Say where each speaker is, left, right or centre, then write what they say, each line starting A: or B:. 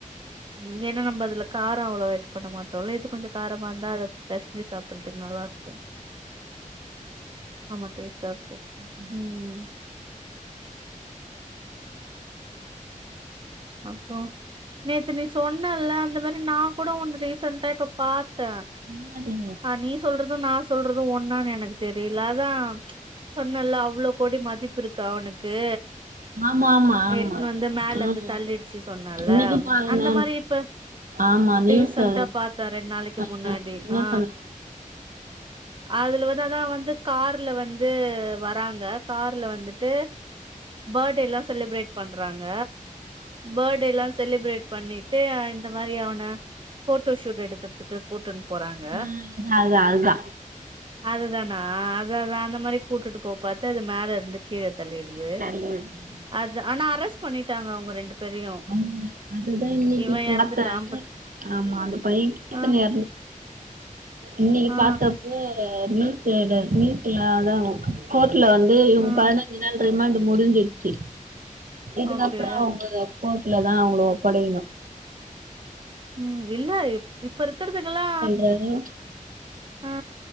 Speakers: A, on the right; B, on the right.
A: ம் ஏன்னா நம்ப அதுல காரொ அவ்ளோ இது பண்ண மா ட்டோ இல்ல இது கொஞ்ச காரமா இருந்தா அத பெசஞ்சி சாப்புறதுக்கு நல்லா இரு க்கு ஆமா டேஸ்டா இருக்கு
B: ம் ஹும்
A: ம் அப்புறோ நேத்து நீ சொன்னேல அந்த மாரி நா கூட ஒன்னு ரீசன்டா இப்ப பாத்தே
B: என்னது
A: அ நீ சொல்றது நா சொல்றது ஒன்னானு எனக்கு தெரியில அதா சொன்னேல்ல அவ்ளோ கோடி மதிப்புருக்கு அவனுக்கு
B: ஆமா ஆமா ஆமா
A: எட்னு வந்து மேல
B: ஆமா
A: இந்து தள்ளிடுச்சு சொன்னேல
B: இன்னைக்கு பாருங்க
A: அந்த மாரி இப்ப
B: ஆமா
A: டிசன்ட்டா
B: நியூஸ்ல
A: பாத்த ரெண்டு நாளைக்கு
B: ஆ
A: முன்னாடி
B: என்ன
A: ஆ
B: சொன்னாங்க
A: அதுல வந்து அதா வந்து கார்ல வந்து வராங்க கார்ல வந்துட்டு பேட்டே எல்லா செலிப்ரேட் பண்றாங்க பேட்டேல்லாச் செலிப்ரேட் பண்ணிட்டு இந்த மாரி அவன ஃபோட்டோ ஷூட் எடுக்குறதுக்கு கூட்டுன் போறாங்க
B: ஆ அதா அதா
A: அதுதானா அதா அதா அந்த மாரி கூட்டுட்டு போக பாத்து அது மேல இருந்து கீழ தள்ளிடுது
B: ம்
A: அது ஆனா அரெஸ்ட் பண்ணிட்டாங்க அவங்க ரெண்டு பேரையு
B: ஆமா அதுதா இன்னைக்கு
A: இவ
B: பாத்தே
A: எறந்துட்டா பட்
B: ஆமா அந்த பையே <unintelligible>
A: ஆ
B: இன்னைக்கு
A: ஆ
B: பாத்தப்போ நிய நியூஸ்ல அதா கோர்ட்டுல வந்து இவங்க
A: ஆ ஆ
B: பதினஞ்சு நாள் ரிமாண்ட் முடிஞ்சிருச்சு இதுக்கப்பறோ
A: ஓகே
B: அவங்க கோட்ல தா அவன ஒப்படைக்கணு
A: ம் இல்ல இப்ப இருக்கறதுங்களா
B: தன்யூட்
A: ஆ